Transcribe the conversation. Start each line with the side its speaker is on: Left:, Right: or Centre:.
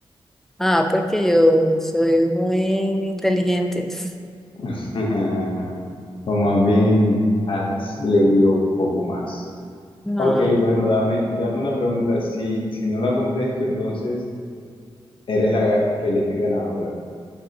Centre: Ah, porque yo soy muy inteligente. <laughs>
Left: <laughs> O más bien has leído un poco más.
Centre: No.
Left: Ok, bueno, dame, dame una pregunta. Si, si no la contesto, entonces Eres la feliz ganadora.